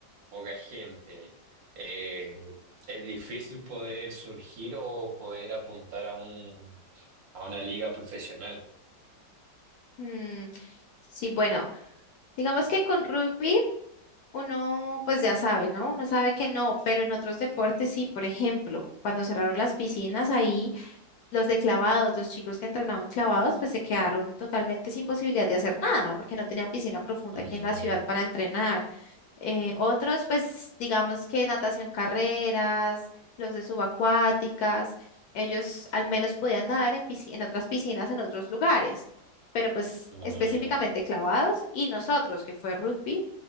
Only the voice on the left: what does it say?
ujú. Sí, bueno, digamos que con rugby uno pues ya sabe, ¿no? Uno sabe que no, pero en otros deportes sí, por ejemplo, cuando cerraron las piscinas ahí Los de clavados, los chicos que entrenaban clavados, pues se quedaron totalmente sin posibilidad de hacer nada porque no tenían piscina profunda
aquí en la ciudad para entrenar. Eh, otros, pues digamos que natación carreras, los de subacuáticas, ellos al menos podían nadar en, pisci- en otras piscinas en otros lugares, pero pues
específicamente clavados y nosotros, que fue rugby,